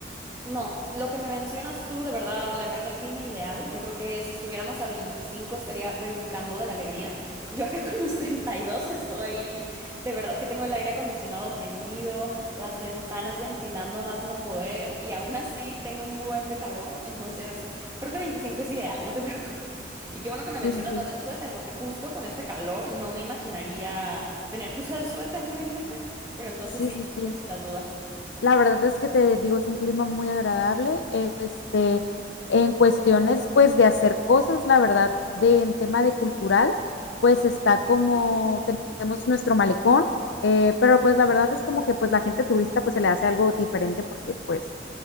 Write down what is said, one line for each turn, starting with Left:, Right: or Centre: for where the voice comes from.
Right: no, lo que me mencionas tú de verdad me parece el clima ideal. Yo creo que si estuviéramos a 25 estaría brincando de la alegría. <laughs> Yo acá con mis 32 estoy, de verdad que tengo el aire acondicionado prendido, las ventanas ventilando a más no poder y aún así tengo un buen de calor. Entonces, creo que 25 es ideal, no te <laughs> preocupes. Y qué bueno que me
Left: Sí,
Right: mencionas
Left: sí, sí,
Right: lo del suéter, porque justo con este calor no me imaginaría tener que usar suéter, no inventes. Pero entonces
Left: sí,
Right: sí,
Left: sí, sí.
Right: por si las dudas.
Left: La verdad es que te digo, es un clima muy agradable. eh, Este, en cuestiones, pues, de hacer cosas, la verdad, de en tema de cultural, pues está como tenemos nuestro malecón, eh, pero pues la verdad es como que pues la gente turista pues se le hace algo diferente porque pues